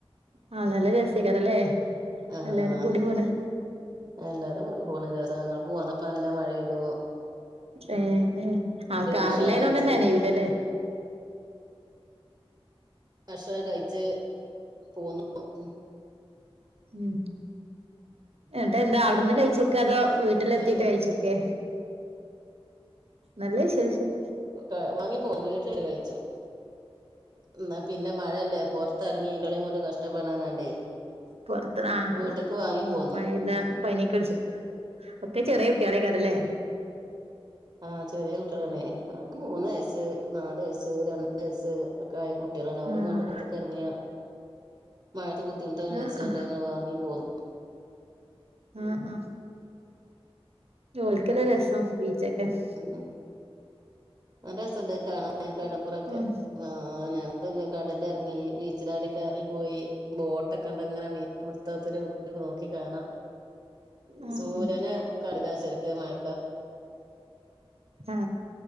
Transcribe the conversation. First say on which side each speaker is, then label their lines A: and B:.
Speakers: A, on the right; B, on the right.
A: ആഹ നല്ല രസ്യക്കാരല്ലേ
B: ആഹ്
A: എല്ലാരും കൂടി പോണ്
B: എല്ലാരും കൂടി പോണല്ലേ ങ്ങ പോവന്നപ്പോ എല്ലാ മഴയെയ്തു
A: ഏ ആ കാറലേനോണ്ടന്നാണ്
B: ഭക്ഷണം കഴിച്ച്
A: നനയൂല ല്ലേ
B: ഭഷണം കഴിച്ച് പോന്ന ആ ഉം
A: ഉ എന്നിട്ട് എന്താ അവിടുന്ന് കഴിച്ചക്ക അതോ വട്ടില
B: ശേഷം
A: എത്തിട്ട് കഴിച്ചൊക്കെ നല്ല വിശേഷം
B: <unintelligible> വീട്ടിലത്തിയരെ കഴിച്ചു എന്നാ പിന്നെ മഴല്ലേ പൊറത്തിറങ്ങി ഇവിളേം കൊണ്ട് കഷ്ടപ്പെടാനാണ്ടേ
A: പെറത്ത് നർത്തെ
B: വീട്ട്ക്ക് വാങ്ങി പോന്നു
A: വൈതാ പനി പടിച്ച് ഒക്കെ ചെറിയ കുട്ടികളെക്കാരല്ലേ
B: ആ ചെറിയ കുട്ടികളാണ് ഒക്കെ മൂന്ന് വയസ്സ് നാല് വയസ്സ് രണ്ട് വയസ്സ് ഒക്കെ ആയ കുട്ടികളാണ് അവര
A: ആഹ്
B: കൊണ്ട് പെറത്തക്കെ ഇറങ്ങിയ മഴത്തെ ബുദ്ധിമുട്ട് വിചാരിച്ചാണ്ട്
A: ആഹ്
B: ഞങ്ങൾ വാങ്ങി പോന്നു
A: ആ ആ ഒൽക്കല രസം ബീച്ചക്ക എസ്
B: ഉം നല്ല രസുണ്ട് കാണാ കടപ്പുറൊക്കെ
A: ഉം
B: ആ ഞാൻകടലിറങ്ങി ബീച്ചിലള കറങ്ങി പോയി ബോട്ടൊക്കെ ഉണ്ട ഇങ്ങനെ മീൻ പിടുത്തത്തില് വിട്ടെ നോക്കി കാണാം
A: ഉം
B: സൂര്യന കരിതചെർക്ക് മഴ
A: ആ